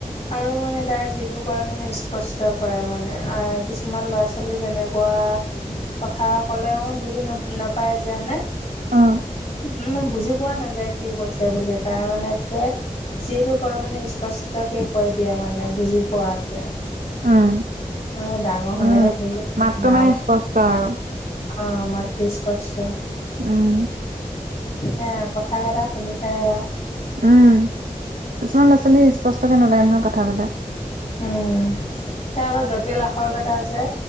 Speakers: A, on the left; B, on the right.
A: আৰু মানে। তাই যিটো কৰে মানে স্পষ্ট কৰে মানে আহ কিছুমান ল'ৰা ছোৱালী যেনেকুৱা। কথা ক'লে ম বুজি ন নাপায় যে হেনে।
B: উম
A: মানে বুজি পোৱা নাযায় কি কৈছে বুলি তাৰ মানে। যিটো কয় মানে স্পষ্টকে কৈ দিয়া মানে বুজি পোৱাকে।
B: উম
A: হয় ডাঙৰ হলেহে
B: উম
A: বলো
B: মাতটো
A: নাও।
B: মানে স্পষ্ট আৰু
A: অ মাত ইস্পত।
B: উম।
A: হে কথা কটা শুনি চাই আও।
B: উম কিছুমান ল'ৰা ছোৱালী ইস্পষ্টকে নোলায় নহয় কথাবাৰ্তা।
A: উম তাৰ আকৌ জটিল আখৰকতা আছে